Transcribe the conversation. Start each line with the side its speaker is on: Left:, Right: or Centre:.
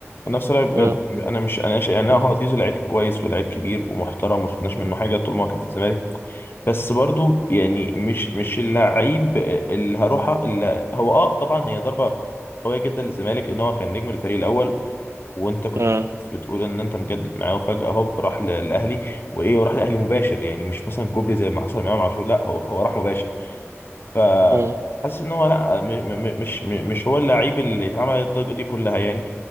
Left: نفس رأيي بجد
Right: مم.
Left: انا مش انا شايف يعني
Right: مم.
Left: هو زيزو لعيب كويس ولاعيب كبير ومحترم وما شفناش منه
Right: مم.
Left: حاجه طول ما هو كان في الزمالك بس برضو يعني مش مش اللعيب اللي هروح اللي هو اه طبعا هي ضربه قويه جدا للزمالك لان هو كان نجم الفريق الاول وانت كنت
Right: مم.
Left: بتقول ان انت مجدد معاه وفجاه هوب راح ل- للاهلي وايه وراح للاهلي مباشر يعني مش مثلا كوبري زي ما حصل معاه مع امام عاشور لا هو هو راح مباشر ف
Right: مم.
Left: حاسس ان هو لا م- م- مش م... مش هو اللعيب اللي اتعمل الضجه دي كلها يعني